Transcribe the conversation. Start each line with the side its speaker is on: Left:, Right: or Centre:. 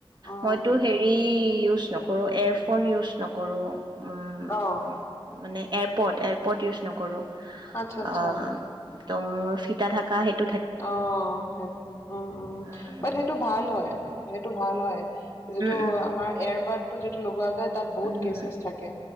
Left: উম
Right: মইতো হেৰি ইউজ কৰো এয়াৰফোন ইউজ নকৰো উম
Left: অ
Right: মানে এয়াপৰ্ট এয়াৰপৰ্ট ইউজ নক কৰো
Left: আচ্ছা আচ্ছা
Right: অ' ত মোৰ ফিতা থাকা সেই
Left: অ সেইটো উম-উম
Right: উম,
Left: বাট সেইটো ভাল হয় সেইটো ভাল হয় যিটো
Right: উম,
Left: আমাৰ এয়াৰ বাট যিটো লগোৱা যায় তাত বহুত
Right: উম,
Left: কেছ-চেছ থাকে